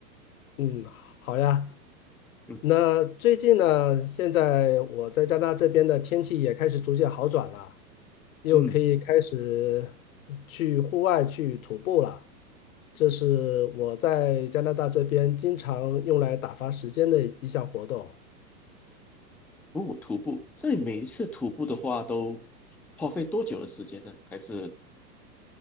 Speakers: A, on the left; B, in the centre.
A: 嗯，好呀。
B: 嗯
A: 那最近呢，现在我在加拿大这边的天气也开始逐渐好转了，又可以开始
B: 嗯，
A: 去户外去徒步了。这是我在加拿大这边经常用来打发时间的一项活动。
B: 哦，徒步，这里每一次徒步的话都花费多久的时间呢？还是